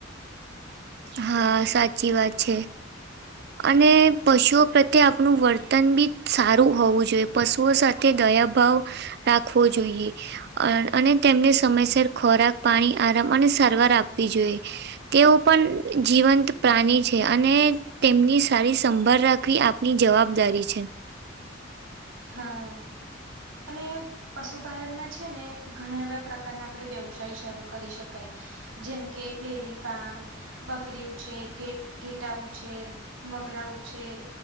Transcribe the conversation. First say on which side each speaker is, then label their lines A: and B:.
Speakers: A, on the right (about 55°); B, on the right (about 80°).
A: હા સાચી વાત છે,
B: <inaudible>
A: અને પશુઓ પ્રત્યે આપણું વર્તન બી સારું હોવું જોઈએ, પશુઓ સાથે દયાભાવ રાખવો જોઈએ‌ અને તેમને સમયસર ખોરાક, પાણી આરામ અને સારવાર આપવી જોઈએ‌. તેઓ પણ જીવંત પ્રાણી છે, અને તેમની સારી સંભાળ રાખવી આપની જવાબદારી છે,
B: હા, અને પશુપાલનમાં છે, ને ઘણા એવા પ્રકારના આપણે વ્યવસાય શરૂ કરી શકાય. જેમ કે ડેરી ફાર્મ, બકરી ઉછેર, ઘેટાં ઉછેર. મગરા ઉછેર,